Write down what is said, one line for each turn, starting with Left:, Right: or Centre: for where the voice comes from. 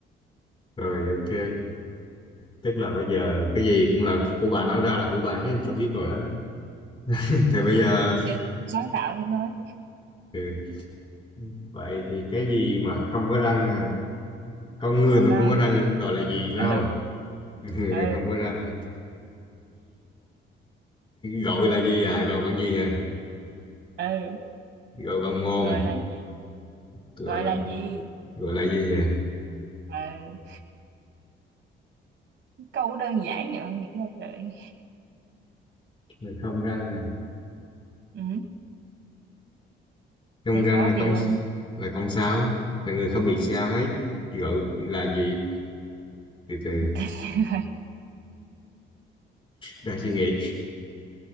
Left: rồi ok tức là bây giờ cái gì cũng là của bà nói ra là của bà ấy tôi biết rồi đó <laughs> thì bây
Right: thì
Left: giờ
Right: tôi thì sáng tạo thêm thôi
Left: ừ, vậy thì cái gì mà không có răng à? con người
Right: tạo
Left: mà
Right: lao
Left: không có răng gọi là gì phải
Right: ừ
Left: không <laughs> người
Right: ừ
Left: mà không có răng gọi là gì à gọi bằng gì à
Right: ừ
Left: gọi bằng mồm
Right: gọi là gì
Left: gọi
Right: gọi
Left: bằng
Right: là gì
Left: gọi là gì à
Right: ừ. câu đơn giản vậy mà nghĩ ra trời
Left: người không răng à
Right: ừ.
Left: trong
Right: thấy
Left: răng
Right: khó
Left: là
Right: chưa
Left: không là không sao là người không bị sao hết gọi là gì từ từ
Right: <laughs>
Left: đang suy nghĩ